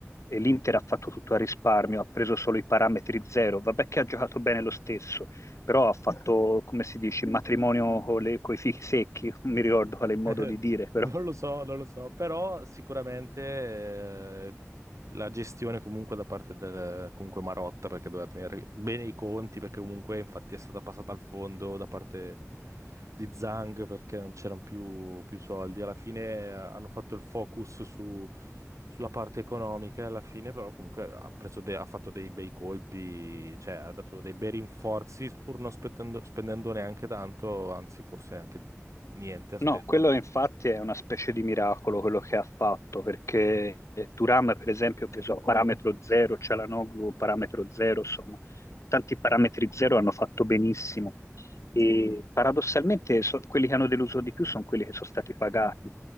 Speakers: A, on the left (about 65°); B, on the right (about 70°).
A: eh, L'Inter ha fatto tutto a risparmio, ha preso solo i parametri zero. Vabbè che ha giocato bene lo stesso, però ha fatto, come si dice, il matrimonio con i fichi secchi, non mi ricordo qual è il modo
B: <laughs>
A: di dire, però
B: Non lo so, non lo so, però sicuramente eh, la gestione comunque da parte del comunque Marotta, perché doveva tenere bene i conti, perché comunque infatti è stata passata al fondo da parte di Zhang perché non c'erano più, più soldi. Alla fine eh, hanno fatto il focus su- sulla parte economica, e alla fine però comunque ha preso de- ha fatto dei bei colpi, cioè ha dato dei bei rinforzi pur non spendendo, spendendo neanche tanto, anzi forse anche niente ha speso.
A: No, quello infatti è una specie di miracolo quello che ha fatto, perché Turam, per esempio, ha preso parametro zero, Cialanoglu parametro zero, insomma, tanti parametri zero hanno fatto benissimo. E
B: Sì,
A: paradossalmente so- quelli che hanno deluso di più sono quelli che sono stati pagati,